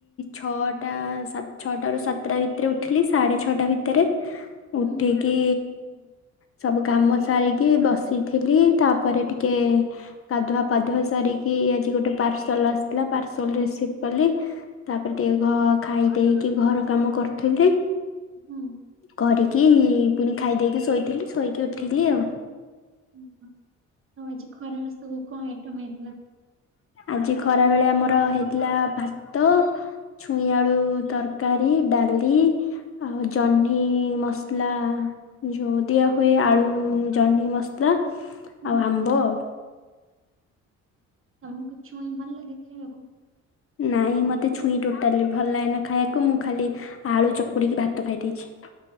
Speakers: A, on the left (about 45°); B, on the right (about 45°).
A: ଛଅଟା ସା ଛଅଟାରୁ ସାତଟା ଭିତରେ ଉଠିଲି ସାଢ଼େ ଛଅଟା ରେ ଭିତରେ ଉଠିକି
B: ହୁଁ
A: ସବୁ କାମ ସାରିକି ବସିଥିଲି ତାପରେ ଟିକେ କାଧୁଆ ପାଧୁଆ ସାରିକି ଆଜି ଗୋଟେ ପାର୍ସଲ ଆସିଥିଲା ପାର୍ସଲ ରିସ୍ପି କଲି ତାପରେ ଟିକେ ଘ ଖାଇ ଦେଇକି ଘର କାମ କରୁଥିଲି।
B: ହୁଁ
A: କରିକି ପୁଣି ଖାଇଦେଇକି ଶୋଇଥିଲି ଶୋଇକି ଉଠିଲି ଆଉ।
B: ଓହୋ ଆଉ ଆଜି ଖରଲେ ସବୁ କଣ ଆଇଟମ୍ ହେଇଥିଲା।
A: ଆଜି ଖରାବେଳେ ଆମର ହେଇଥିଲା ଭାତ ଛୁଇଁ ଆଳୁ ତରକାରୀ ଡ଼ାଲି ଆଉ ଜହ୍ନି ମସଲା ଯୋଉ ଦିଆ ହୁଏ ଆଳୁ ଜହ୍ନି ମସଲା
B: ହୁଁ
A: ଆଉ ଆମ୍ବ ଆଉ।
B: ତମକୁ ଛୁଇଁ ଭଲ ଲାଗେ ଖାଇବାକୁ?
A: ନାଇଁ ମୋତେ ଛୁଇଁ ଟୋଟାଲି ଭଲ ଲାଗେନା ଖାଇବାକୁ ମୁଁ ଖାଲି ଆଳୁ ଚକୁଡ଼ିକି ଭାତ ଖାଇଦେଇଚି।